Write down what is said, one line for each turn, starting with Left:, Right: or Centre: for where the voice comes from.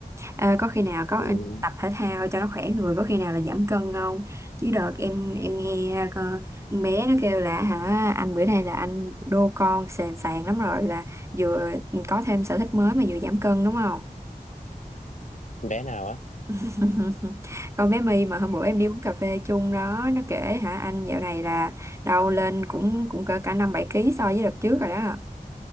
Right: À, có khi nào có
Left: ừ.
Right: tập thể thao cho nó khỏe người có khi nào là giảm cân không chứ đợt em em nghe con con bé nó kêu là hả anh bữa nay là anh đô con sền sàn lắm rồi là vừa có thêm sở thích mới mà vừa giảm cân đúng không
Left: bé nào á
Right: <laughs> con bé My mà hôm bữa em đi uống cà phê chung đó nó kể hả anh dạo này là đâu lên cũng cũng cỡ cả năm bảy ký so với đợt trước rồi đó